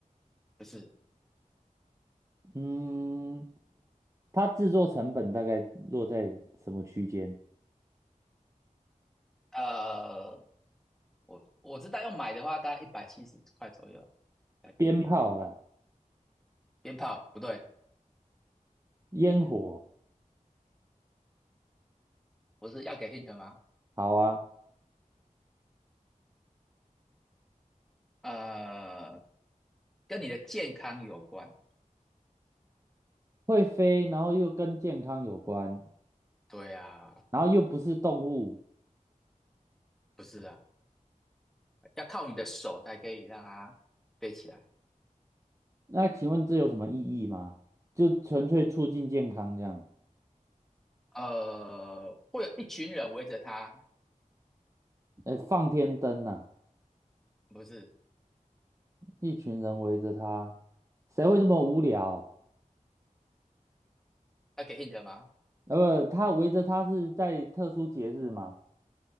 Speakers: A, in the centre; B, on the right.
A: 不是。
B: 嗯，它制作成本大概落在什么区间？
A: 呃，我我知道要买的话，大概一百七十块左右台币。
B: 鞭炮啦，
A: 鞭炮不对，
B: 烟火，
A: 不是要给 hint 吗？
B: 好啊，
A: 呃，跟你的健康有关。
B: 会飞，然后又跟健康有关，
A: 对啊，
B: 然后又不是动物，
A: 不是啊，要靠你的手才可以让它飞起来。
B: 那请问这有什么意义吗？就纯粹促进健康这样？
A: 呃，会有一群人围着它，
B: 呃，放天灯呐、
A: 不是
B: 一群人围着他，谁会这么无聊？
A: 要给 hint 吗？
B: 呃，他围着他是在特殊节日吗？